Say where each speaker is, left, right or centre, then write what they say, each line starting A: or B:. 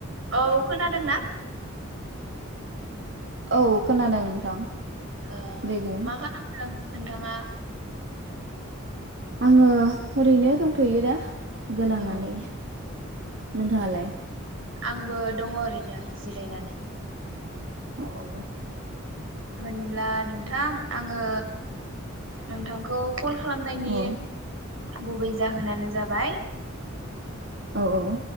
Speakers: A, on the right; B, on the right.
A: औ खोनादोंना?
B: औ खोनादों नोंथां।
A: ओ
B: दे बुं
A: मा खालामदों? नोंथाङा?
B: आङो ओरैनो दंथ'यो दा गोलांनानै
A: औ
B: नोंहालाय
A: आंबो दङ ओरैनो जिरायनानै
B: औ
A: होनब्ला नोंथां आङो नोंथांखौ कल खालामनायनि
B: औ
A: गुबै जाहोनानो जाबाय
B: औ औ